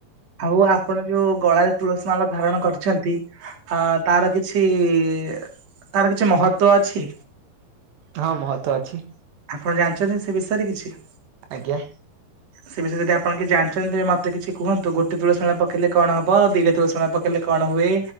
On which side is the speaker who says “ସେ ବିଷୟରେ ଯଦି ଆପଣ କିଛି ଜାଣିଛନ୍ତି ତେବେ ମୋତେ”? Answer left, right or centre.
Right